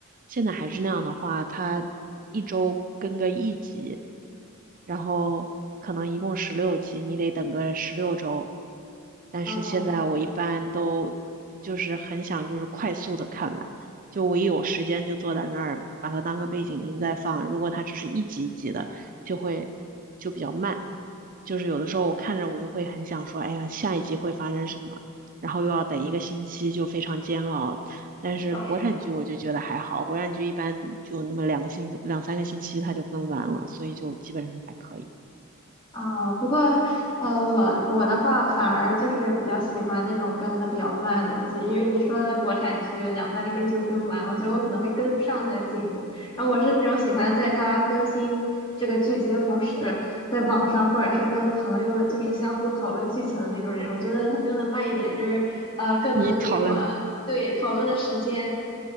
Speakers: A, on the right; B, on the left.
A: 现在还是那样的话，它一周更个一集，然后可能一共十六集，你得等个十六周。但是现在我一般都就是很想就是快速的看完，
B: 嗯，
A: 就我一有时间就坐在那儿把它当个背景音在放。如果它只是一集一集的，就会就比较慢，就是有的时候我看着我就会很想说，哎呀，下一集会发生什么。然后又要等一个星期，就非常煎熬。但是国产剧我就觉得还好，
B: 对。
A: 国产剧一般就那么两个星期两三个星期它就更完了，所以就基本上还可以。
B: 啊，不过，呃，我我的话反而就是比较喜欢那种更的比较慢的剧，因为你说的国产剧两三个星期就更完，我觉得我可能会跟不上它的进度。然后我是那种喜欢在它更新这个剧集的同时，在网上或者是跟朋友就是相互讨论剧情的那种人。我觉得它更的慢一点，就是呃更能给我对讨论的时间。
A: 你讨论的，